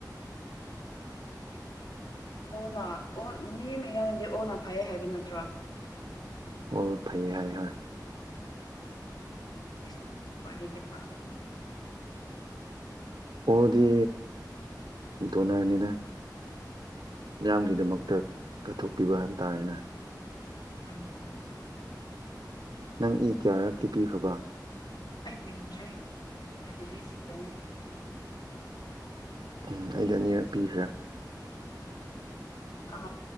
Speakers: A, on the left (about 70°); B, on the right (about 75°).
A: ꯑꯣꯅ ꯑꯣ ꯃꯤ ꯃꯌꯥꯝꯗꯤ ꯑꯣꯅ ꯐꯩꯑꯦ ꯍꯥꯏꯕ ꯅꯠꯇ꯭ꯔꯣ
B: ꯑꯣ ꯐꯩꯌꯦ ꯍꯥꯏ ꯍꯣꯏ
A: ꯑꯩꯁꯨ ꯑꯣꯏꯗꯤ ꯐꯥꯒꯗꯕ
B: ꯑꯣꯗꯤ ꯗꯣꯅꯔꯅꯤꯅ ꯃꯤꯌꯥꯝꯒꯤꯗꯃꯛꯇ ꯀꯠꯊꯣꯛꯄꯤꯕ ꯍꯥꯏꯕ ꯇꯥꯔꯦꯅꯦ
A: ꯎꯝ ꯎꯝ
B: ꯅꯪ ꯏ ꯀꯌꯥꯔꯛꯇꯤ ꯄꯤꯈ꯭ꯔꯕ
A: ꯑꯩ ꯄꯤꯗ꯭ꯔꯤ ꯑꯁ ꯑꯩ ꯄꯤꯔꯗꯤ ꯁꯤꯔꯅꯤ
B: ꯎꯝ ꯑꯩꯗ ꯑꯅꯤꯔꯛ ꯄꯤꯈ꯭ꯔꯦ
A: ꯑ